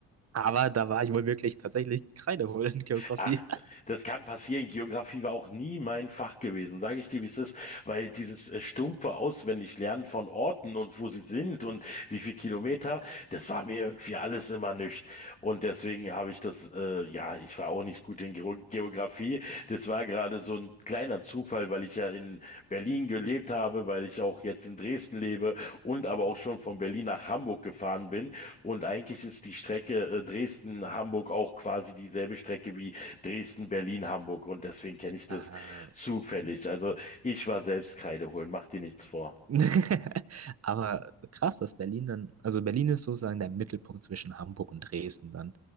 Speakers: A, on the right; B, on the left.
A: Aber da war ich wohl wirklich tatsächlich Kreide in Geografie.
B: Ach, das kann passieren. Geografie war auch nie mein Fach gewesen, sage ich dir, wie es ist, weil dieses äh, stumpfe Auswendiglernen von Orten und wo sie sind und wie viel Kilometer, das war mir irgendwie alles immer nichts. Und deswegen habe ich das, äh, ja, ich war auch nicht gut in Geo- Geografie. Das war gerade so ein kleiner Zufall, weil ich ja in Berlin gelebt habe, weil ich auch jetzt in Dresden lebe und aber auch schon von Berlin nach Hamburg gefahren bin. Und eigentlich ist die Strecke, äh, Dresden-Hamburg auch quasi dieselbe Strecke wie Dresden, Berlin, Hamburg und deswegen kenne ich das
A: Äh,
B: zufällig. Also ich war selbst Kreide holen, mach dir nichts vor.
A: <laughs> Aber krass, dass Berlin dann, also Berlin ist sozusagen der Mittelpunkt zwischen Hamburg und Dresden dann.